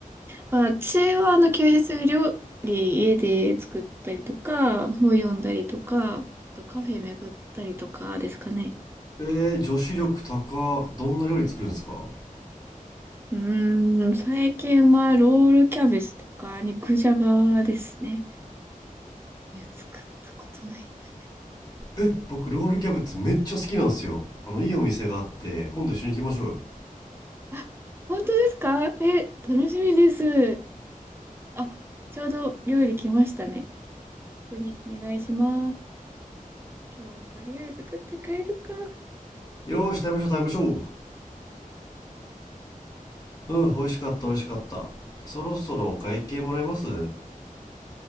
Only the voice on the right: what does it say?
私はあの休日料理家で作ったりとか、本読んだりとか、あとカフェ巡ったりとかですかね。
うーん、最近はロールキャベツとか肉じゃがですね。いや、作ったことないんだけ
ど。あ、本当ですかえ、楽しみです。あ、ちょうど料理来ましたね。ここにお願いします。今日はとりあえず食って帰るか。